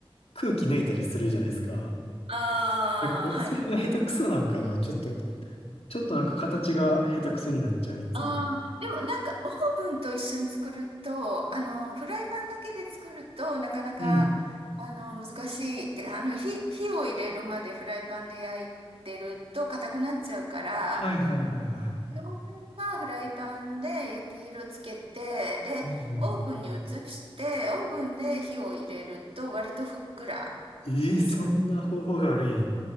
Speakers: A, on the left; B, on the right.
A: 空気抜いたりするじゃないですか。
B: ああはいはい。
A: えそれが下手くそなんかな。ちょっと、ちょっとなんか形が下手くそになっちゃう、いつも。
B: ああ、でもなんかオーブンと一緒に作ると、あの、フライパンだけで作るとなかなか、
A: うん。
B: あの、難しいって、あの、火、火を入れるまでフライパンで焼いてると硬くなっちゃうから、
A: はいはいはいは
B: 両面はフライパンで焼き色つけて、で、
A: い。うんうん
B: オーブンに移して、オーブンで火を入れると割とふっくら
A: えーそんな方法があるんや。
B: できます。